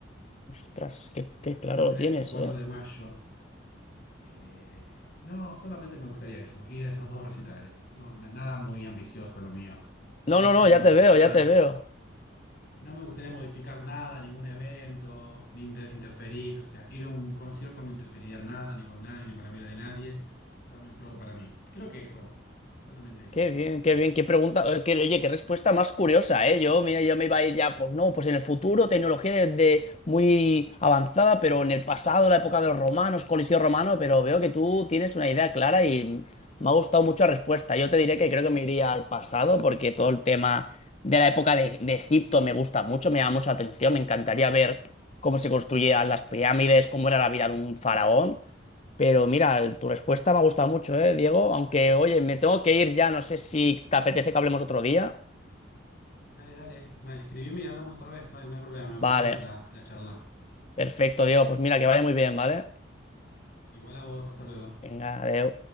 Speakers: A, on the left; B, on the left.
A: Ostras,
B: Eh,
A: qué,
B: creo
A: qué
B: que
A: claro
B: fue 3
A: lo tienes,
B: y 4
A: ¿eh?
B: de mayo. Eh, no, solamente me gustaría eso, ir a esos dos recitales. No, na- nada muy ambicioso lo mío. No
A: No,
B: me gustaría
A: no, no,
B: modificar.
A: ya te veo, ya te veo.
B: No me gustaría modificar nada, ningún evento, ni inter- interferir, o sea, ir a un concierto no interferiría en nada, ni con nadie, ni con la vida de nadie, solamente es algo para mí. Creo que eso, solamente eso.
A: Qué bien, qué bien, qué pregunta, eh, qué- oye, qué respuesta más curiosa, ¿eh? Yo, mira, yo me iba a ir ya, pues no, pues en el futuro, tecnología de, de muy avanzada, pero en el pasado, la época de los romanos, Coliseo romano, pero veo que tú tienes una idea clara y me ha gustado mucho la respuesta. Yo te diré que creo que me iría al pasado porque todo el tema de la época de, de Egipto me gusta mucho, me llama mucho la atención, me encantaría ver cómo se construían las pirámides, cómo era la vida de un faraón. Pero mira, tu respuesta me ha gustado mucho, ¿eh, Diego? Aunque, oye, me tengo que ir ya, no sé si te apetece que hablemos otro día.
B: Dale, dale, ma- escribime y hablamos otra vez, no, hay no hay problema, me gustó
A: Vale,
B: mucho la, la charla.
A: perfecto, Diego. Pues mira, que vaya muy bien, ¿vale?
B: Igual a vos, hasta luego.
A: Venga, adeu.